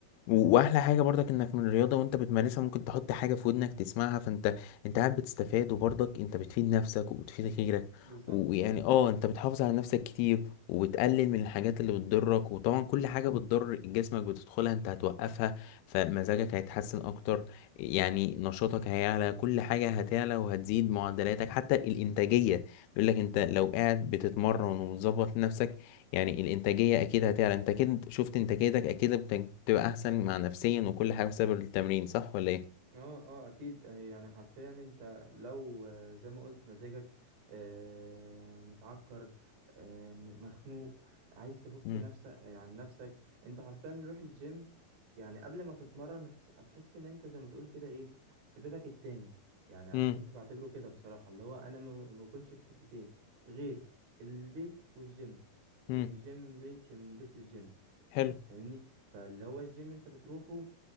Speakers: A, on the left; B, on the right.
A: و- واحلى حاجة برضك انك من الرياضة وانت بتمارسها ممكن تحط حاجة في ودنك تسمعها فانت انت قاعد بتستفاد وبرضك انت بتفيد نفسك وبتفيد غيرك
B: بالظبط
A: ويعني اه انت بتحافظ على نفسك كتير وبتقلل من الحاجات اللي بتضرك وطبعا كل حاجة بتضر جسمك بتدخلها انت هتوقفها فمزاجك هيتحسن اكتر يعني نشاطك هيعلى كل حاجة هتعلى وهتزيد معدلاتك حتى الانتاجية بيقول لك انت لو قاعد بتتمرن ومظبط نفسك يعني الانتاجيه اكيد هتعلى انت اكيد شفت انتاجيتك اكيد بت- بتبقى احسن مع نفسيا وكل حاجه بسبب التمرين صح ولا ايه
B: اه اه اكيد هي يعني حرفيا انت لو آه، زي ما قلت مزاجك آه، متعكر آه، م- مخنوق عايز تفك
A: امم
B: نفسك آه، عن نفسك انت حرفيا روح الجيم يعني قبل ما تتمرن هس- هتحس ان انت زي ما تقول كده ايه في بيتك التاني يعني
A: امم
B: انا كنت بعتبره كده بصراحة اللي هو انا ما ما كنتش في حتتين غير البيت والجيم يا
A: امم
B: من الجيم من بيت يا من البيت للجيم
A: حلو
B: فاهمني فاللي هو الجيم انت بتروحه